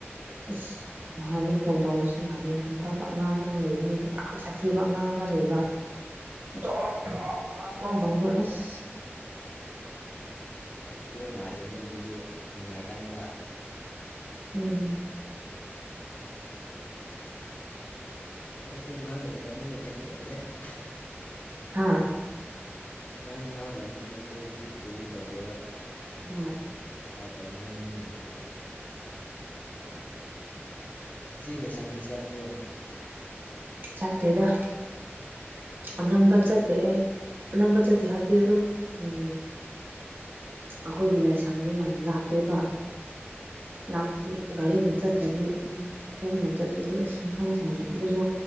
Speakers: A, on the right; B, on the left.
A: ꯑꯁ ꯅꯍꯥꯟꯗꯤ ꯐꯣꯟ ꯇꯧꯕꯁꯨ ꯌꯥꯗꯦ ꯃꯊꯛꯇ ꯑꯉꯥꯡ ꯑꯃ ꯂꯩꯕꯅꯤ ꯌꯥꯝ ꯁꯥꯊꯤꯕ ꯑꯉꯥꯡ ꯑꯃ ꯂꯩꯕ ꯗꯣꯡ ꯗꯣꯡ ꯗꯣꯡ ꯇꯧꯕ ꯑꯁ
B: ꯪꯍꯥ ꯍꯥ ꯍꯥ ꯁꯥꯊꯤꯕ ꯃꯥꯂꯤꯅꯦ ꯑꯗꯨꯗꯤ ꯅꯤꯡꯉꯥꯏ ꯀꯟꯕ
A: ꯎꯝ
B: ꯑꯩꯈꯣꯏꯗꯤ ꯑꯉꯥꯡ ꯂꯩꯇꯕꯅꯤꯅ ꯀꯩꯁꯨ ꯇꯧꯗꯦ ꯍꯥꯍꯥ
A: ꯍꯥꯥ
B: ꯑꯉꯥꯡ ꯌꯥꯎꯗꯕꯅꯤꯅ ꯑꯩꯈꯣꯏꯗꯤ ꯀꯩꯁꯨ ꯇꯧꯗꯦꯕ
A: ꯍꯣꯢ
B: ꯗꯥꯎꯠ ꯇꯧꯅꯤꯡꯉꯥꯏ ꯃꯤ ꯂꯩꯇꯦꯕ
A: <inaudible>
B: ꯑꯁꯤ ꯂꯩꯁꯪꯗꯤ ꯆꯠꯄ꯭ꯔꯣ
A: ꯆꯠꯇꯦꯗ ꯑꯅꯝꯕ ꯆꯠꯇꯦ ꯑꯩ ꯑꯅꯝꯕ ꯆꯠꯇꯦ ꯍꯥꯏꯕꯗꯤ ꯑꯗꯨꯝ ꯎꯝ ꯑꯩꯈꯣꯏꯒꯤ ꯂꯥꯏꯁꯪꯗꯨ ꯌꯥꯝ ꯂꯥꯞꯄꯦꯕ ꯂꯥꯞꯄꯗꯤ ꯒꯥꯔꯤꯅ ꯆꯠꯇ꯭ꯔꯗꯤ ꯑꯗꯨꯝ ꯈꯣꯡꯅ ꯆꯠꯄꯗꯤ ꯑꯁ ꯁꯨꯡꯁ ꯁꯥꯏꯌꯦ ꯑꯗꯨꯁꯨ